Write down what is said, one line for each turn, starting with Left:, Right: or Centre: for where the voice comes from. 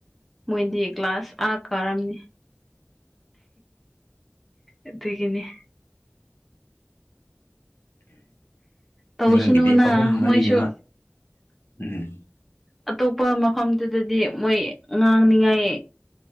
Centre: ꯃꯣꯏꯗꯤ ꯀ꯭ꯂꯥꯁ ꯑꯥ ꯀꯥꯔꯝꯅꯤ ꯑꯗꯨꯒꯤꯅꯤ ꯇꯧꯁꯅꯨꯅ
Left: ꯃꯤꯒꯤꯗꯤ ꯑꯍꯨꯝ ꯃꯔꯤ
Centre: ꯃꯣꯏꯁꯨ
Left: ꯃꯛ ꯎꯝ
Centre: ꯑꯇꯣꯞꯄ ꯃꯐꯝꯗꯨꯗꯗꯤ ꯃꯣꯏ ꯉꯥꯡꯅꯤꯡꯉꯥꯏ